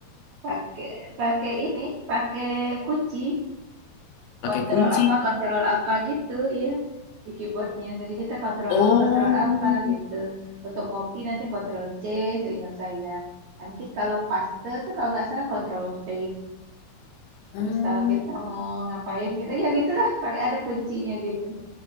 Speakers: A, on the right; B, on the left.
A: pakai pakai ini pakai kunci
B: <laughs> Pakai
A: kontrol
B: kunci.
A: apa kontrol apa gitu ya di keyboardnya jadi kita kontrol
B: Oh.
A: apa kontrol apa gitu untuk ngopi nanti kontrol C seingat saya nanti kalau paste tuh kalau nggak salah kontrol V
B: Hmm.
A: terus kalau kita mau ngapain gitu ya gitulah pakai ada kuncinya gitu